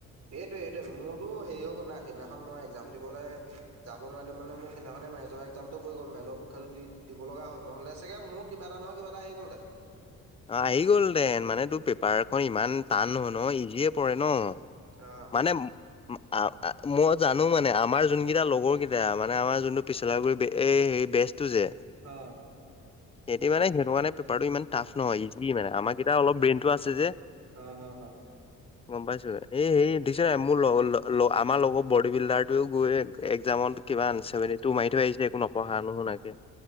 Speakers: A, on the right; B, on the left.
A: সেইটোৱে সেইটোৱে মোৰতো হেৰিও গ'ল না সেইদিনাখন মই এক্জাম দিবলৈ যাব নোৱাৰিলো মানে মোৰ সেইদিনাখন ম মেজৰ এক্জামতটো পৰি গ'ল মেজৰ পৰীক্ষাটো দি দিব লগা হ'ল নহ'লে চাগে মোৰ কিবা এটা নহয় কিবা এটা আহি গলহেতেন।
B: অ আহি গ'ল দেন মানে তোৰ পেপাৰখন ইমান টান নহয় ন ইজিয়ে পৰে ন।
A: অ।
B: মানে উ--আ মই জানো মানে আমাৰ যোন কেইটা লগৰ কেইটা মানে আমাৰ যোনটো পিছলাগুৰি এই হেৰি বেষ্ট তু যে
A: অ
B: এতিয়া মানে সেইটো কাৰণে পেপাৰটো ই টাফ নহয় ইজি মানে আমাৰা কেইটা অলপ ব্ৰেইনতটো আছে যে
A: অ হ হ।
B: গম পাইছো এ হেই দেখিছ নাই মোৰ আমাৰ লগৰ বডী বিল্ডাৰটোৱও গৈ একজামত কিমান চেভেনটি টো মাৰি থৈ আহিলে। সি যে একো নপঢ়া নুশুনকে